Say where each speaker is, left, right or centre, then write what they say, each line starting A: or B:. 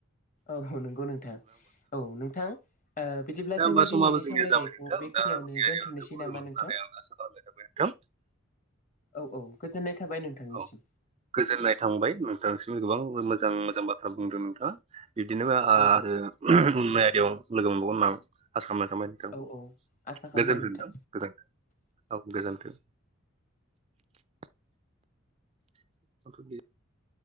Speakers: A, on the left (about 40°); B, on the right (about 30°).
A: औ नंगौ नोंथां औ नोंथां ओ बिदिब्ला
B: दा
A: जोङो
B: होमबा समाबो
A: दिनैनि
B: जोंनिया
A: सावरायनायखौ
B: जाबाय नोंथां
A: बेखिनियावनो
B: दा आनियारियाव
A: दोनथ'नोसै
B: नोंथांखौ
A: नामा
B: लोगो मोनगोन
A: नोंथां
B: होननानै आं आसा खालामनाय जाबाय नोंथां
A: औ औ गोजोननाय थाबाय नोंथांनिसिम
B: <inaudible> औ गोजोननाय थांबाय नोंथांसिम गोबां मोजां मोजां बाथ्रा बुंदों नोंथाङा बिब्दिनो आरो
A: औ औ
B: ओ बुंनाय। याव लोगो मोनबावोन होन आसा खालामो।
A: औ औ आसा खालामबाय
B: गोजोन्थों
A: नोंथां
B: गोजोनथों औ गोजोन्थों। <inaudible> <inaudible>